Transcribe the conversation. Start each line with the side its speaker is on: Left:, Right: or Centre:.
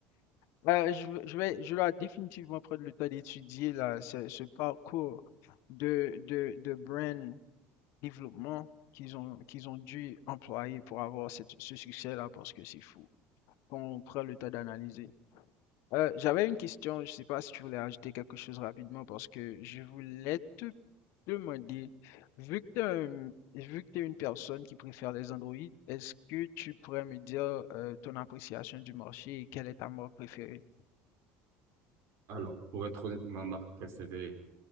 Left: Bah, je vais je vais je dois définitivement prendre le temps d'étudier là ce, ce parcours de, de, de brand développement qu'ils ont qu'ils ont dû employer pour avoir cette- ce succès-là parce que c'est fou. Quand on prend le temps d'analyser. Euh, j'avais une question, je sais pas si tu voulais ajouter quelque chose rapidement parce que je voulais te demander, vu que tu un, vu que t'es une personne qui préfère les Android, est-ce que tu pourrais me dire euh, ton appréciation du marché et quelle est ta marque préférée?
Right: Alors, pour être honnête, ma marque préférée